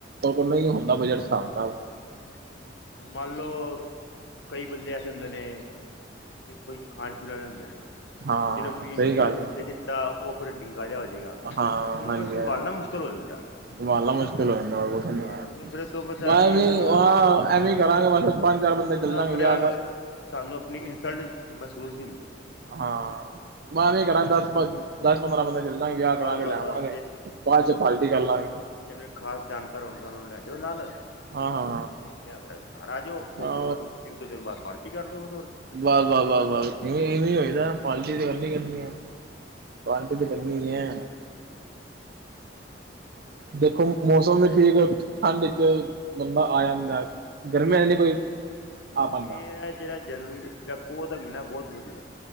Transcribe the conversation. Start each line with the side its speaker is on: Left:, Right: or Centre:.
Right: ਨ ਹੀ ਹੁੰਦਾ ਬਜਟ ਹਿਸਾਬ ਤਾਬ
Left: ਹ ਮੰਨ ਲੋਓ ਕਈ ਬੰਦੇ ਐਸੇ ਹੁੰਦੇ ਨੇ ਕੋਈ ਖਾਣ ਪੀਣ ਵਾਲੇ ਹੁੰਦੇ ਨੇ
Right: ਹਾਂ
Left: ਜਿਹਨੂੰ ਪੀਣ
Right: ਸਹੀ
Left: ਨਹੀਂ
Right: ਗੱਲ ਹੈ।
Left: ਦਿੱਤਾ ਉਹ ਫਿਰ ਡਿੰਗਾ ਜਿਹਾ ਹੋਜਏਗਾ
Right: ਹਾਂ
Left: ਹੁਣ
Right: ਹਾਂਜੀ
Left: ਫੇਰ ਸੰਭਾਲਣਾ
Right: ਹਾਂਜੀ
Left: ਮੁਸ਼ਕਿਲ <unintelligible>
Right: ਸੰਭਾਲਣਾ ਮੁਸ਼ਕਿਲ ਹੋ ਜਾਂਦਾ ਉ ਤੇ
Left: ਸੰਭਾਲਣਾ
Right: ਨਹੀਂ ਹੈ
Left: ਫਿਰ ਤੋਂ ਸਾਡੀ
Right: ਐਵੇ
Left: ਨਾ
Right: ਹਾਂ ਐਵੇ ਹੀ ਕਰਾਂਗੇ ਮਸ ਪੰਜ ਚਾਰ ਬੰਦੇ
Left: ਉੱਥੇ
Right: ਚੱਲਦਾਗੇ
Left: ਨਾ ਫਿਰ
Right: ਵਿਆਹ ਕਰ
Left: ਸਾਨੂੰ ਆਪਣੀ ਇਨਸਲਟ ਮਹਿਸੂਸ ਹੁੰਦੀ ਹੈ
Right: ਹਾਂ, ਮੈਂ ਘੜ
Left: ਬਸ
Right: ਦਸ ਦਸ ਪੰਦਰਾਂ ਬਦ ਕਰਲਾਂਗੇ ਵਿਆਹ ਕਰਾ ਕੇ
Left: ਬਸ
Right: ਲੈਵਾਂਗੇ
Left: ਬਸ
Right: ਬਾਅਦ ਚ ਪਾਲਟੀ ਕਰ ਲਾਂਗੇ
Left: ਜਨੂੰ ਖਾਸ ਜਾਣਕਾਰ ਹੋਣਗੇ ਉਹਨਾਂ ਨੂੰ ਲੈ ਜਾਓ ਨਾਲ
Right: ਹਾਂ ਹਾਂ
Left: ਤੇ ਕ ਕਰ ਘਰ ਆ ਜਾਓ ਉਸਤ
Right: ਹਾਂ
Left: ਤੋਂ ਬਾਅਦ ਇੱਕ ਦੋ ਦਿਨ ਬਾਅਦ ਪਾਰਟੀ ਕਰਦੋ
Right: ਵਾਹ- ਵਾਹ, ਵਾਹ -ਵਾਹ ਇਵੇਂ ਇਵੇਂ ਹੋਏਦਾ ਪਟੀ ਦੀ ਗੱਲ ਨ ਕਰਨੀ ਆ
Left: ਹਮ
Right: ਪਾਰਟੀ ਤੇ ਕਰਨੀ ਐ
Left: ਹਮ
Right: ਦੇਖੋ ਮੌਸਮ ਵੀ ਠੀਕ ਠੰਢ ਵਿੱਚ ਬੰਦਾ ਆ ਜਾਂਦਾ
Left: ਹਾਂ,
Right: ਗਰਮੀਆਂ ਚ ਨੀ ਕੋਈ ਆ
Left: ਕਿਉਂਕਿ
Right: ਪਾਂਦਾ
Left: ਹੈ ਜਿਹੜਾ ਜਨਵਰੀ ਆਪੋ ਉਹਦਾ ਮਹੀਨਾ ਬਹੁਤ ਵਧੀਆ